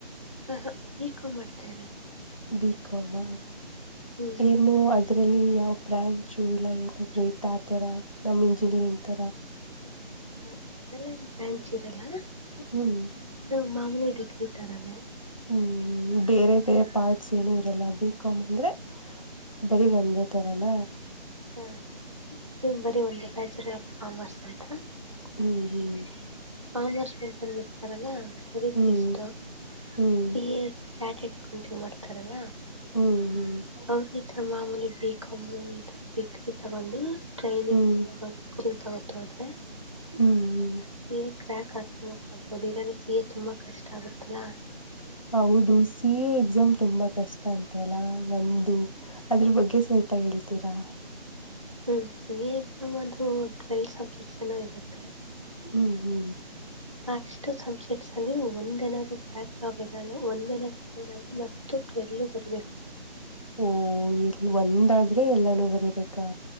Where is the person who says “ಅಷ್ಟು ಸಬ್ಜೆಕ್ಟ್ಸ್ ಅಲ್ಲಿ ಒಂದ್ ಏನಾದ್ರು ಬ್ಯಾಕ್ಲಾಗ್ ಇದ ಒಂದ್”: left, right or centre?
Right